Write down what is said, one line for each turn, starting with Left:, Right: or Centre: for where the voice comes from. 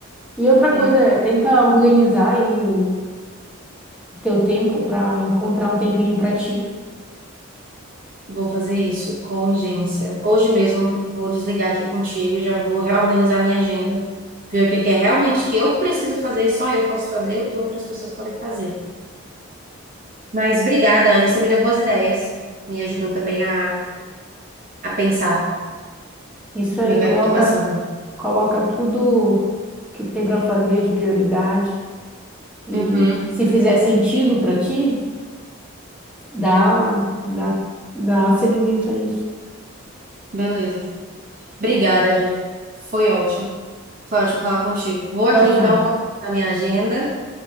Centre: E outra
Right: É,
Centre: coisa é, tenta organizar aí o teu tempo pra encontrar um tempinho pra ti.
Right: vou fazer isso com urgência. Hoje mesmo vou desligar aqui contigo, já vou reorganizar minha agenda, ver o que que é realmente que eu preciso fazer e só eu posso fazer, o que outras pessoas podem fazer. Mas obrigada, Anne, você me deu boas ideias, me ajudou também a, a pensar.
Centre: Isso aí,
Right: no que
Centre: coloca,
Right: é que eu tô passando.
Centre: coloca tudo que tem pra fazer de prioridade. E
Right: Uhum,
Centre: se fizer sentido pra ti, dá, dá, dá seguimento a isso.
Right: beleza. Obrigada, Anne. Foi ótimo. Foi ótimo falar contigo. Vou aqui
Centre: Tchau,
Right: então,
Centre: tchau.
Right: vou na minha agenda